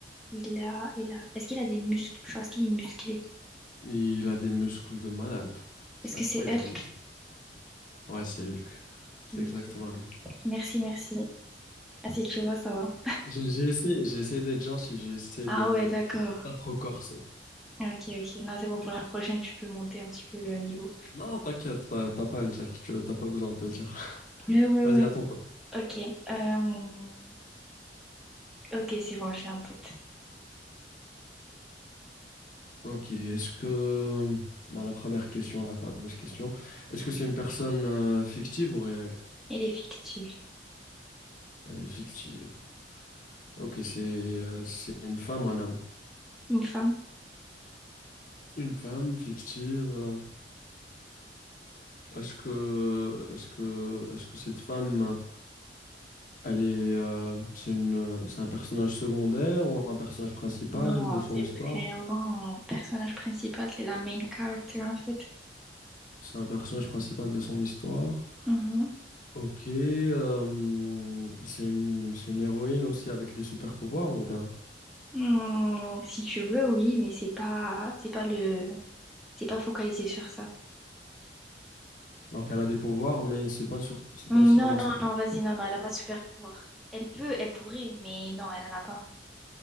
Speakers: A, in the centre; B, on the left.
A: Il a... Il a... Est-ce qu'il a des muscles? Genre, est-ce qu'il est musclé?
B: Il a des muscles de malade. C'est
A: Est-ce
B: incroyable.
A: que c'est Hulk?
B: il est- Ouais, c'est Hulk. C'est
A: Ok.
B: exactement lui.
A: Merci, merci. Ah, si tu vois, ça va.
B: J'ai j'ai essayé, j'ai essayé d'être gentil, j'ai essayé
A: Ah
B: de
A: ouais, d'accord.
B: de pas trop corser.
A: Ok, ok. Non, c'est bon, pour la prochaine, tu peux monter un petit peu le niveau.
B: Non, t'inquiète, t'as t'as pas à le dire, tu- t'as pas besoin de le dire.
A: Ouais,
B: <laughs>
A: ouais,
B: Vas-y,
A: ouais.
B: attends-toi.
A: Ok. euh, Ok, c'est bon, j'ai en tête.
B: Ok, est-ce que... Bah, la première question, la fameuse question. Est-ce que c'est une personne euh, fictive ou réelle?
A: Elle est fictive.
B: Elle est fictive. Ok, c'est euh, c'est une femme ou un homme?
A: Une femme?
B: Une femme fictive. euh, Est-ce que est-ce que est-ce que cette femme, elle est euh, c'est une euh, c'est un personnage secondaire ou un personnage principal
A: Non,
B: de son
A: c'est
B: histoire?
A: vraiment personnage principal, c'est la main character en fait.
B: C'est un personnage principal de son histoire.
A: Mhm.
B: Ok, euh, c'est une, c'est une héroïne aussi avec des super pouvoirs ou bien?
A: Hmm, si tu veux, oui, mais c'est pas, c'est pas le, c'est pas focalisé sur ça.
B: Donc elle a des pouvoirs, mais c'est pas sur, c'est
A: Hmm,
B: pas seulement
A: Non, non,
B: ça.
A: non, vas-y, non, non, elle a pas de super pouvoir. Elle peut, elle pourrait, mais non, elle en a pas.